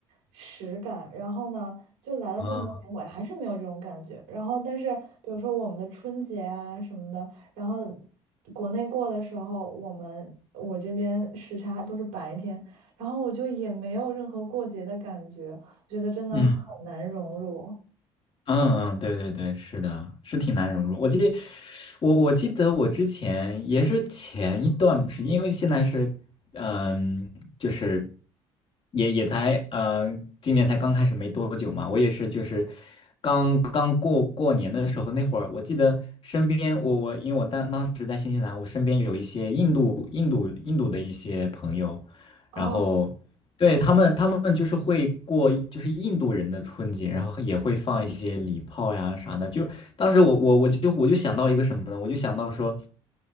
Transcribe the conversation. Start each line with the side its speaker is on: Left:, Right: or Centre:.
Right: 实感。然后呢，就来了这么多年，
Left: 啊，
Right: 我还是没有这种感觉。然后，但是比如说我们的春节啊什么的。然后国内过的时候，我们我这边时差都是白天，然后我就也没有任何过节的感觉，我觉得真的很难融入。
Left: 嗯嗯嗯，对对对，是的，是挺难融入。我记得，我我记得我之前也是前一段时间，因为现在是，嗯，就是也也才，嗯，今年才刚开始没多久嘛。我也是，就是刚刚过过年的时候那会儿，我记得身边我我因为我当当时在新西兰，我身边有一些印度印度印度的一些朋友，
Right: 哦，
Left: 然后。对，他们，他们就是会过，就是印度人的春节，然后也会放一些礼炮呀啥的。就当时我我我就我就想到一个什么呢？我就想到说，